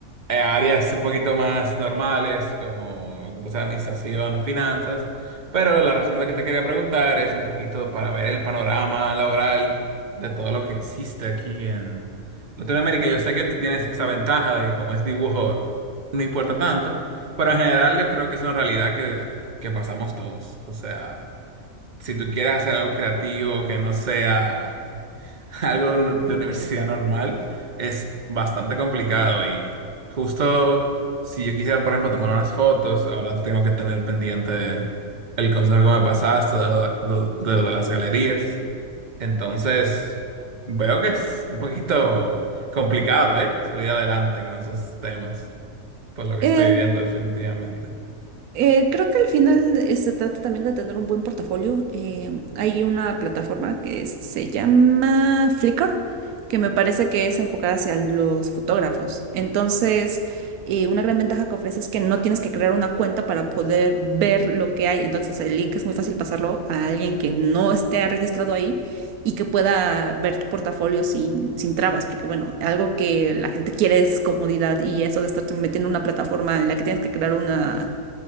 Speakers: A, on the right; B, on the right.
A: eh, áreas un poquito más normales, como como sea administración o finanzas. Pero la razón de que te quería preguntar es un poquito para ver el panorama laboral de todo lo que existe aquí en Latinoamérica. Yo sé que tú tienes esa ventaja de que como es dibujo, no importa tanto, pero en general yo creo que es una realidad que, que pasamos todos. O sea, si tú quieres hacer algo creativo que no sea <laughs> algo de un- de universidad normal es bastante complicado y justo si yo quisiera, por ejemplo, tomar unas fotos, ahora tengo que tener pendiente el consejo que me pasaste de lo de, de lo de las galerías. Entonces, veo que es un poquito complicado, ¿eh? Salir adelante con esos temas, por lo que
B: Eh,
A: estoy viendo definitivamente.
B: Eh, creo que al final eh, se trata también de tener un buen portafolio. Eh, hay una plataforma que se llama Flickr, que me parece que es enfocada hacia los fotógrafos. Entonces, eh, una gran ventaja que ofrece es que no tienes que crear una cuenta para poder ver lo que hay. Entonces, el link es muy fácil pasarlo a alguien que no esté registrado ahí y que pueda ver tu portafolio sin, sin trabas, porque bueno, algo que la gente quiere es comodidad y eso de estar metiendo en una plataforma en la que tienes que crear una